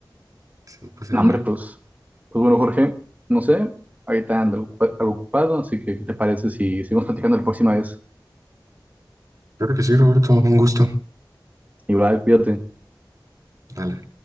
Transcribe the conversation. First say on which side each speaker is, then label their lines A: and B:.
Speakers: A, on the right (about 45°); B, on the right (about 20°).
A: sí, me pasa
B: No,
A: igual.
B: hombre, pues, pues bueno, Jorge, no sé, ahorita ando ocupa- algo ocupado, así que ¿qué te parece si seguimos platicando la próxima vez?
A: Claro que sí, Roberto, un gusto.
B: Igual, cuídate.
A: Dale.